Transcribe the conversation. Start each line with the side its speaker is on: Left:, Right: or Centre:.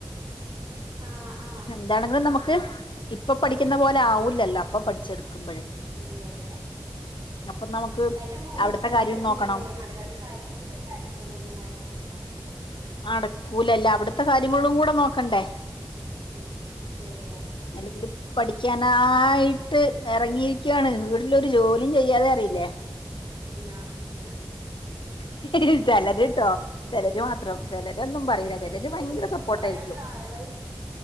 Right: ആഹ് ആഹ്
Left: <unintelligible> എന്തങ്കിലും നമുക്ക് <inaudible> ഇപ്പൊ പഠിക്കുന്ന പോലെ ആവില്ലല്ലോ അപ്പൊ പഠിച്ചെടുക്കുമ്പോഴ്‌
Right: ഇല്ല ഇല്ല
Left: <inaudible>
Right: അല്ല മുമ്പ്
Left: അവിടുത്തെ
Right: <inaudible>
Left: കാര്യം
Right: പഠിക്കലള്ളോ
Left: നോക്കണം
Right: നടക്ക അത് കഴിഞ്ഞിട്ട് പഠിക്കലൊന്നും നടക്കില്ല
Left: അടക്കൂലല്ല അവിടുത്തെ കാര്യങ്ങളും കൂടെ നോക്കണ്ടേ
Right: ഉം ശരിയാ
Left: അല്ലെങ്കിൽ പഠിക്കാനായിട്ട് ഇറങ്ങിയിരിക്കയാണ് വീട്ടിലൊരു ജോലിയും ചെയ്യാതെ അറിയില്ലേ
Right: ആഹ് ഹാ
Left: <unintelligible> കേട്ടോ ചിലര് മാത്രം ചിലരൊന്നും പറയില
Right: ഇപ്പൊ
Left: ചിലര് ഭയങ്കര
Right: ഇപ്പൊ
Left: സപ്പോർട്ടായിരിക്കും
Right: കൊറെയൊക്കെ ആളുകൾ